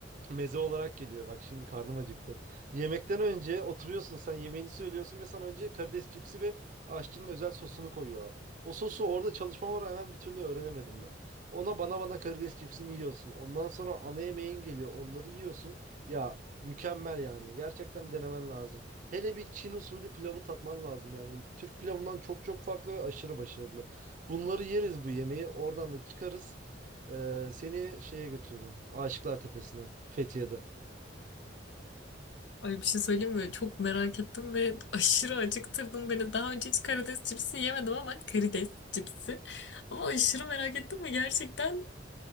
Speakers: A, on the right; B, on the left.
A: meze olarak geliyor. Bak şimdi karnım acıktı. Yemekten önce oturuyorsun sen yemeğini söylüyorsun ve sana önce karides cipsi ve aşçının özel sosunu koyuyorlar. O sosu orada çalışmama rağmen bir türlü öğrenemedim ben. Ona bana bana karides cipsini yiyorsun. Ondan sonra ana yemeğin geliyor. Onları yiyorsun. Ya mükemmel yani. Gerçekten denemen lazım. Hele bir Çin usulü pilavı tatman lazım yani. Türk pilavından çok çok farklı ve aşırı başarılı. Bunları yeriz bu yemeği. Oradan da çıkarız. Ee, seni şeye götürürüm. Aşıklar Tepesi'ne. Fethiye'de.
B: Ay bir şey söyleyeyim mi? Çok merak ettim ve <laughs> aşırı acıktırdın beni. Daha önce hiç karides cipsi yemedim ama karides cipsi. Ama aşırı merak ettim ve gerçekten